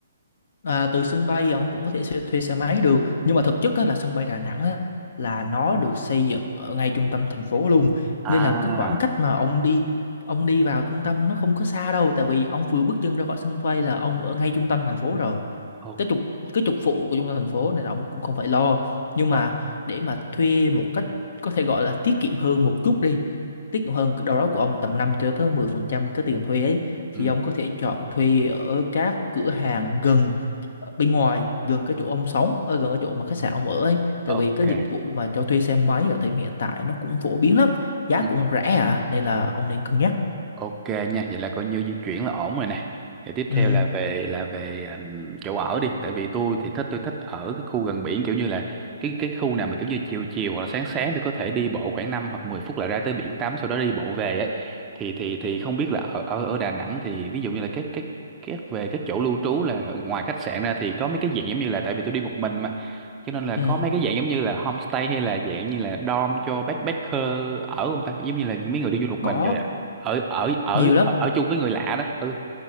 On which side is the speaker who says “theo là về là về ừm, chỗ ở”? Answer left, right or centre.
Right